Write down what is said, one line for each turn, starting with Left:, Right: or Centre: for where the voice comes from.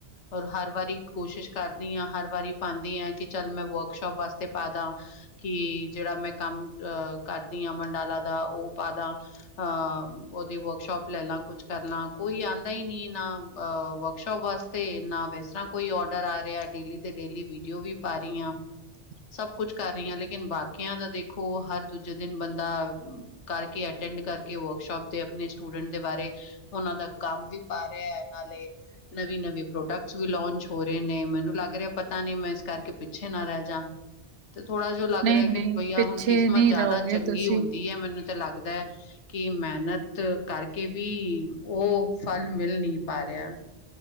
Left: ਔਰ ਹਰ ਵਾਰੀ ਕੋਸ਼ਿਸ਼ ਕਰਦੀ ਆਂ ਹਰ ਵਾਰੀ ਪਾਂਦੀ ਆ ਕਿ ਚੱਲ ਮੈਂ ਵਰਕਸ਼ੋਪ ਵਾਸਤੇ ਪਾ ਦਾਂ। ਕੀ ਜੇੜਾ ਮੈਂ ਕੰਮ ਅਹ ਕਰਦੀ ਆਂ ਮੰਡਾਲਾ ਦਾ ਓ ਪਾਦਾ। ਹਾਂ ਓਦੀ ਵਰਕਸ਼ੌਪ ਲੈ ਲਾਂ ਕੁਛ ਕਰ ਲਾਂ ਕੋਈ ਆਂਦਾ ਹੀ ਨੀ ਨਾ ਵਰਕਸ਼ੌਪ ਵਾਸਤੇ ਨਾ ਏਸ ਤਰ੍ਹਾਂ ਕੋਈ ਔਡਰ ਆ ਰਿਆ ਡੇਲੀ ਤੇ ਡੇਲੀ ਵੀਡੀਓ ਵੀ ਪਾ ਰੀਆਂ।
Right: <inaudible>
Left: ਸਭ ਕੁਛ ਕਰ ਰਹੀ ਆ, ਲੇਕਿਨ ਬਾਕੀਆਂ ਦਾ ਦੇਖੋ ਹਰ ਦੂਜੇ ਦਿਨ ਬੰਦਾ ਕਰਕੇ ਅਟੈਂਡ ਕਰਕੇ ਵਰਕਸ਼ੋਪ ਦੇ ਆਪਣੇ ਸਟੂਡੈਂਟ ਦੇ ਬਾਰੇ ਉਹਨਾਂ ਦਾ ਕੰਮ ਵੀ ਪਾ ਰਿਹਾ ਨਾਲੇ ਨਵੀਂ ਨਵੇਂ ਪ੍ਰੋਡਕਟਸ ਵੀ ਲੋਂਚ ਹੋ ਰਹੇ ਨੇ ਮੈਨੂੰ ਲੱਗ ਰਿਹਾ ਪਤਾ ਨੀ ਮੈਂ ਇਸ ਕਰਕੇ ਪਿੱਛੇ ਨਾ ਰਹਿ ਜਾ
Right: <inaudible>
Left: ਤੇ ਥੋੜਾ ਜਿਹਾ ਲੱਗ
Right: ਨਹੀਂ-ਨਹੀਂ
Left: ਰਿਹਾ ਕਿ ਭਈਆ
Right: ਪਿੱਛੇ
Left: ਹੁਣ ਕਿਸਮਤ
Right: ਨਹੀਂ
Left: ਜ਼ਿਆਦਾ
Right: ਰਹੋਗੇ
Left: ਚੰਗੀ
Right: ਤੁਸੀਂ
Left: ਹੁੰਦੀ ਹੈ ਮੈਨੂੰ ਤੇ ਲੱਗਦੈ ਕਿ ਮਿਹਨਤ ਕਰਕੇ ਬੀ ਔ ਫਲ ਮਿਲ ਨੀ ਪਾ ਰਿਆ।